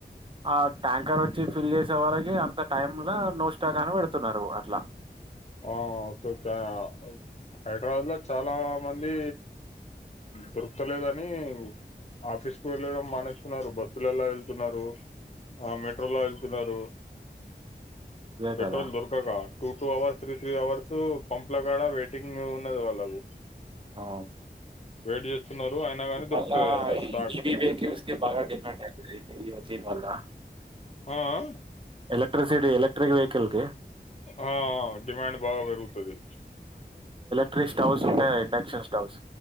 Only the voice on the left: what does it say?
ఆ ఒక్కేక్కే హైదరాబాద్ లో చాలా మంది దొరుకతలేదని ఆఫీస్ కు వెళ్ళడం మానేస్తున్నారు బస్సులల్లా వెళ్తున్నారు ఆ మెట్రోలో వెళ్తున్నారు
పెట్రోల్
దొరుక గా two two hour three three hours pump ల కాడ వెయిటింగ్ ఉన్నది వాళ్ళకు
వెయిట్ చేస్తున్నారు అయినా కానీ దొరుకుతలేదట
స్టాక్
ఆ ఆ
ఆ డిమాండ్ బాగా పెరుగుతది